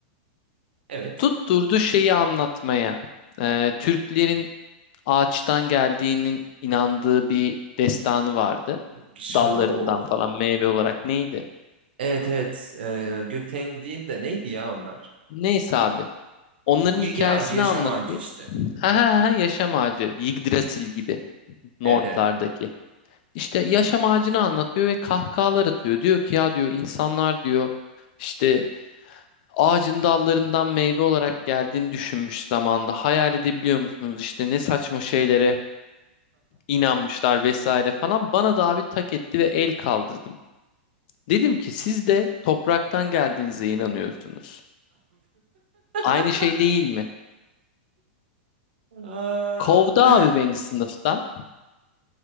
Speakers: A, on the right (about 80°); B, on the left (about 55°).
A: Evet.
B: Tutturdu şeyi anlatmaya. Ee, Türklerin ağaçtan geldiğinin inandığı bir destanı vardı.
A: Şa-
B: Dallarından
A: o.
B: falan meyve olarak neydi?
A: Evet evet. E, Gökten değil de neydi ya onlar?
B: Neyse abi. Onların
A: Bilgi
B: hikayesini
A: ağacı, yaşam
B: anlatıyor.
A: ağacı işte.
B: Ha ha ha yaşam ağacı. Yggdrasil gibi Nordlardaki.
A: Evet evet.
B: İşte yaşam ağacını anlatıyor ve kahkahalar atıyor. Diyor ki ya diyor insanlar diyor işte ağacın dallarından meyve olarak geldiğini düşünmüş zamanda. Hayal edebiliyor musunuz? İşte ne saçma şeylere inanmışlar vesaire falan. Bana da abi tak etti ve el kaldırdım. Dedim ki siz de topraktan geldiğinize inanıyorsunuz. Aynı
A: <laughs>
B: şey değil mi?
A: Aa.
B: Kovdu
A: <laughs>
B: abi beni sınıftan.